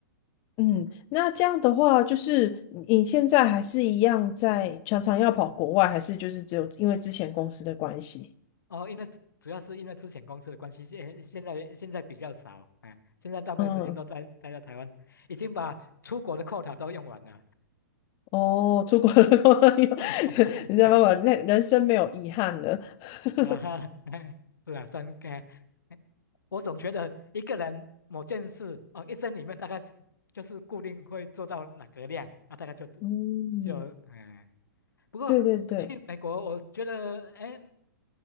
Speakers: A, on the left (about 35°); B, on the left (about 80°).
A: 嗯，那这样的话，就是你现在还是一样在常常要跑国外，还是就是只有因为之前公司的关系？
B: 哦，因为主要是因为之前公司的关系，现现在现在比较少，哎，现在大部分时间都待待在台湾，
A: 嗯，
B: 已经把出国的 quota 都用完了。
A: 哦，出国了，<laughs>
B: <laughs>
A: 你知道吗？那人生没有遗憾了。<laughs>
B: 啊哈，哎，是啊，但哎，哎我总觉得一个人某件事哦，一生里面大概就是固定会做到哪个量啊，大概就
A: 嗯，
B: 就嗯。哎不过去美国，
A: 对对对，
B: 我觉得，哎，